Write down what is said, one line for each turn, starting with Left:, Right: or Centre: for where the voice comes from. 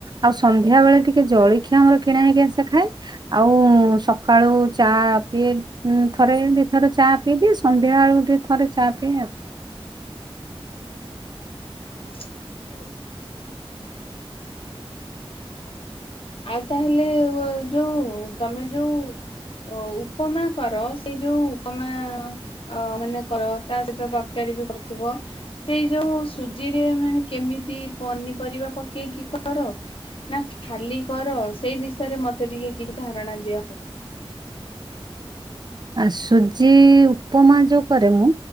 Right: ଆଉ ସନ୍ଧ୍ୟା ବେଳେ ଟିକେ ଜଳଖିଆ ଆମର କିଣା ହେଇକି ସେ ଖାଏ ଆଉ ସକାଳୁ ଚା ପିଏ ଥରେ ଦିଥର ଚା ପିଇଦିଏ ସନ୍ଧ୍ୟା ବେଳକୁ ଟିକେ ଥରେ ଚା ପିଇଏ ଆଉ।
Left: ହ <unintelligible> ଆଉ ତାହେଲେ ଯୋଉ ତୋମେ ଯୋଉ ଅ, ଉପ୍ ଉପମାକର ସେଇ ଯୋଉ ତୋମେ ଅ, ମାନେ କର ତା ସହିତ ତରକାରୀ ବି କରୁଥୁବ, ସେଇ ଯୋଉ ସୁଜିରେ ମାନେ କେମିତି ପନିପରିବା ପକେଇକି କର? ନା ଖାଲି କର ସେଇ ବିଷୟରେ ମୋତେ ଟିକେ କିଛି ଧାରଣା ଦିଅନ୍ତୁ।
Right: ଆ, ସୁଜି ଉପମା ଯୋଉ କରେ, ମୁଁ